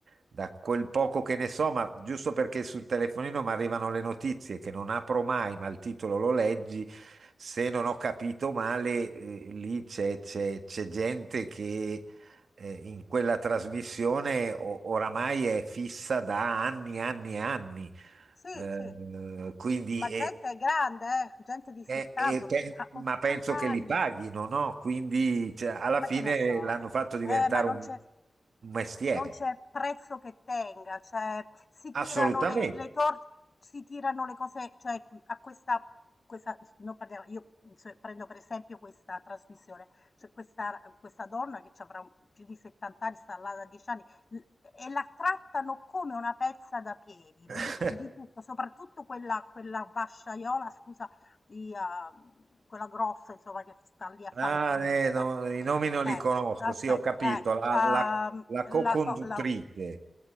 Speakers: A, on the right (about 80°); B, on the left (about 55°).
A: da quel poco che ne so, ma giusto perché sul telefonino mi arrivano le notizie che non apro mai, ma il titolo lo leggi, se non ho capito male, eh, lì c'è c'è- c'è gente che eh, in quella trasmissione o- oramai è fissa da anni, anni e anni.
B: Sì,
A: Eh,
B: sì.
A: quindi
B: Ma gente grande, eh, gente di 70,
A: eh, eh,
B: otta-
A: pe- ma
B: 80
A: penso che
B: anni.
A: li paghino, no? Quindi cioè, alla
B: Ma
A: fine
B: che ne so.
A: l'hanno fatto diventare
B: Eh, ma non
A: un,
B: c'è
A: un mestiere.
B: non c'è prezzo che tenga, cioè si tirano
A: Assolutamente.
B: le, le torte, si tirano le cose, cioè a questa, questa non parliamo, io se- prendo per esempio questa trasmissione, c'è questa, questa donna che ci avrà un- più di 70 anni, sta là da 10 anni, l- e la trattano come una pezza da piedi, le
A: <laughs>
B: dico di tutto, soprattutto quella, quella vasciaiola, scusa, di, ehm, quella grossa, insomma, che sta lì a fare
A: Ah,
B: l'opinionista.
A: eh, no, i nomi non li
B: Eh,
A: conosco,
B: aspetta,
A: sì, ho capito.
B: eh,
A: La, la-
B: ehm,
A: la co-conduttrice.
B: la, co- la-